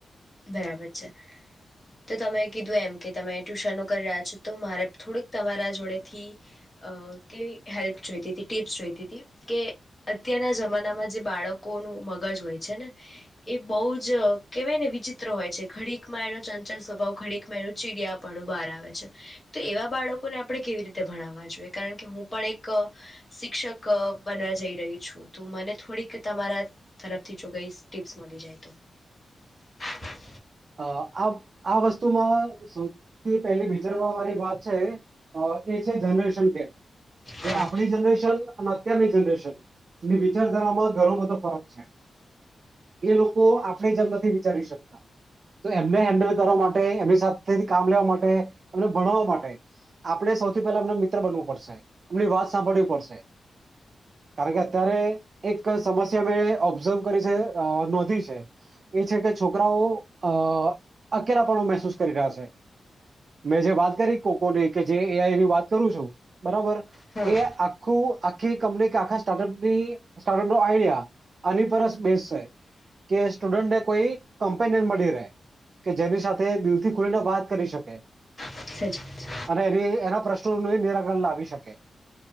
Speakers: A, on the left (about 20°); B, on the right (about 45°).
A: બરાબર છે તો તમે કીધું એમ કે તમે ટ્યુશનો કરી રહ્યા છો તો મારે થોડુંક તમારા જોડે થી અ કેવી હેલ્પ જોઈતી ટીપ્સ જોઈતી હતી કે અત્યારના જમાનામાં જે બાળકોનુંું મગજ હોય છે ને એ બહુ જ કેહેવાય ને વિચ હોય છે ઘડીકમાં એનો ચંચલ સ્વભાવ ઘડીકમાં એનું ચીડિયાપણું બહાર આવે છે તો એવા બાળકોને આપણે કેવી રીતે ભણાવવા જોઈએ કારણ કે હું પણ એક શિક્ષક બનવા જઈ રહી છું તો મને થોડીક તમારા તરફથી જો કઈ ટીપ્સ મળી જાય તો હા <unintelligible>
B: અ આ આ વસ્તુમાં સૌથી પહેલી રી વાત છે એ છે જનરેશન કેમ.. કે
A: હા
B: આપણી જનરેશન અને અત્યારની જનરેશન ની વિચારધારામાં ઘણો બધો ફરક છે એ લોકો આપણે જમ નથી વિચારી શકતા.. તો એમને હેન્ડલ કરવા માટે એમની સાથે કામ લેવા માટે એમને ભણાવવા માટે આપણે સૌથી પહેલા એમને મિત્ર બનવું પડશે એમની વાત સાંભળવી પડશે કારણ કે અત્યારે એક સમસ્યા મેં ઓબ્ઝર્વ કરી છે નોંધી છે એ છે કે છોકરાઓ.... અ અકેલા પણો મહેસૂસ કરી રહ્યા છે મેં જે વાત કરી કોકોની કે જેની વાત કરું છું બરાબર..
A: હા
B: એ આ... આખું આખી કંપની કે આખા સ્ટાર્ટઅપ ની સ્ટાર્ટઅપ નો આઈડિયા આની પર બેઝ છે કે સ્ટુડન્ટને કોઈ કંપનીને મળી કે જેની સાથે દિલથી ખુલીને વાત કરી શકે
A: સાચી વાત છે
B: અને એની એના... પ્રશ્નો ન નિરાકરણ લાવી શકે